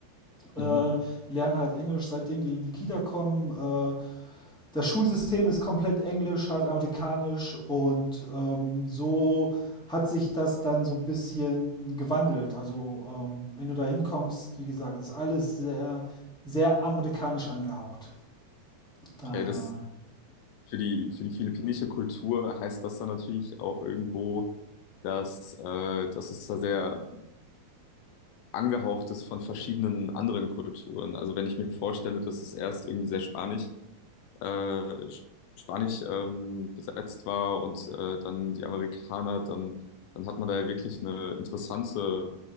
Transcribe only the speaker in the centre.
äh,
lernen halt Englisch, seitdem die in die Kita kommen. Äh, das Schulsystem ist komplett englisch, halt amerikanisch und ähm, so hat sich das dann so ein bisschen gewandelt. Also ähm, wenn du da hinkommst, wie gesagt, ist alles sehr, sehr amerikanisch angehaucht. Daher,